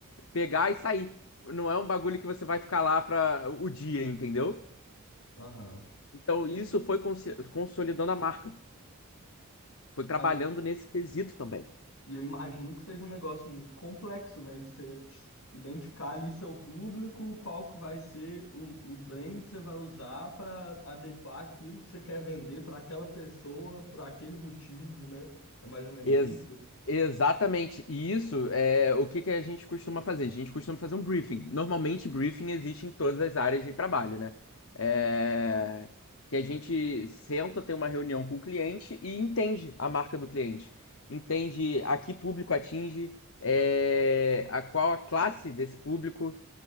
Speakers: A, on the left (about 60°); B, on the left (about 80°).
A: pegar e sair. Não é um bagulho que você vai ficar lá para o dia, entendeu?
B: Aham.
A: Então isso foi consi- consolidando a marca. Foi trabalhando
B: Cara,
A: nesse quesito também.
B: E eu imagino que seja um negócio muito complexo, né? De você identificar ali seu público, qual que vai ser o, o branding que você vai usar para adequar aquilo que você quer vender para aquela pessoa, por aquele motivo, né? É mais ou menos
A: Ex-
B: isso.
A: exatamente. E isso é o que que a gente costuma fazer? A gente costuma fazer um briefing. Normalmente, briefing existe em todas as áreas de trabalho, né? É, Que a gente senta, tem uma reunião com o cliente e entende a marca do cliente. Entende a que público atinge, é, a qual a classe desse público